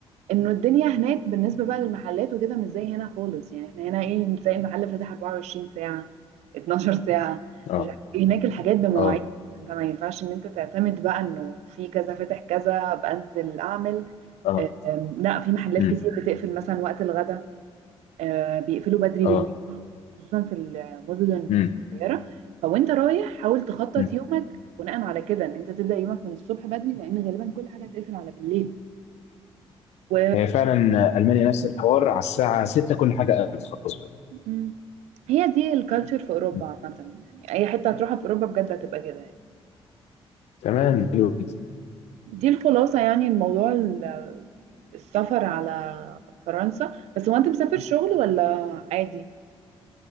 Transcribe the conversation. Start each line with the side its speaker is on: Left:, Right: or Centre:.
Right: انه الدنيا هناك بالنسبة بقى للمحلات وكده مش زي هنا خالص يعني احنا هنا ايه تلاقي المحل فاتح 24 ساعة 12 ساعة
Left: اه
Right: مش عارف ايه هناك الحاجات بمواعيد
Left: اه
Right: انت ما ينفعش ان انت تعتمد بقى انه في كذا فاتح كذا بنزل اعمل
Left: اه
Right: أم، لا في محلات
Left: امم
Right: كتير بتقفل مثلا وقت الغدا آه، بيقفلوا بدري
Left: اه
Right: بالليل خصوصا في المدن
Left: امم
Right: الصغيرة فوانت رايح حاول تخطط
Left: أمم.
Right: يومك بناء على كده ان انت تبدأ يومك من الصبح بدري لان غالبا كل حاجة هتقفل على بالليل و
Left: هي فعلا المانيا نفس الحوار على الساعه 6 كل حاجه قفلت خلاص بقى
Right: مم. هي دي الكالتشر في اوروبا
Left: م.
Right: عامة يعني اي حتة هتروحها في اوروبا بجد هتبقى كده يعني
Left: تمام حلو جدا
Right: دي الخلاصة يعني الموضوع ال- السفر على فرنسا بس هو انت مسافر شغل ولا عادي؟